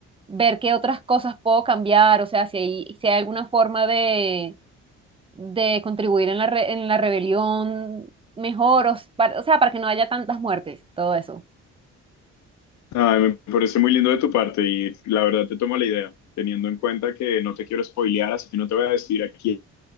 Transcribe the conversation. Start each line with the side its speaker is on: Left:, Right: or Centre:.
Right: ver qué otras cosas puedo cambiar, o sea, si hay, si hay alguna forma de, de contribuir en la, re- en la rebelión mejor, o, s- para- o sea, para que no haya tantas muertes, todo eso.
Left: Ay, me parece muy lindo de tu parte y la verdad te tomo la idea, teniendo en cuenta que no te quiero spoilear, así que no te voy a decir a quién